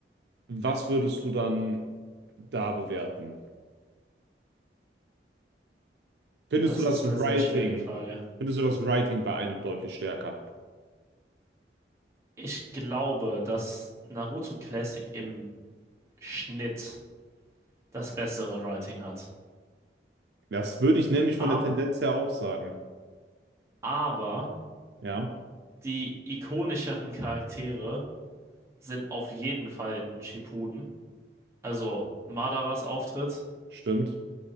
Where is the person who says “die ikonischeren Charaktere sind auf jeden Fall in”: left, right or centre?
Right